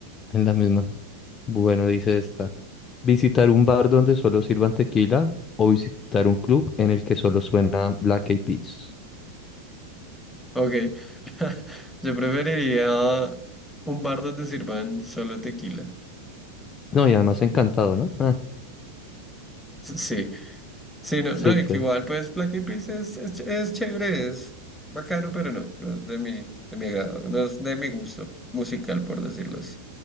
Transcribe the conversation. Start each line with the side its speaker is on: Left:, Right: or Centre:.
Left: En la misma. Bueno, dice esta. Visitar un bar donde solo sirvan tequila o visitar un club en el que solo suena Black Eyed Peas.
Centre: Ok. <laughs> Yo preferiría un bar donde sirvan solo tequila.
Left: No, y además encantado, ¿no? Ah,
Centre: Sí, Sí, no,
Left: súper.
Centre: no, y que igual, pues, Black Eyed Peas es, es, es chévere, es bacano, pero no, no es de mi, de mi agrado, no es de mi gusto musical, por decirlo así.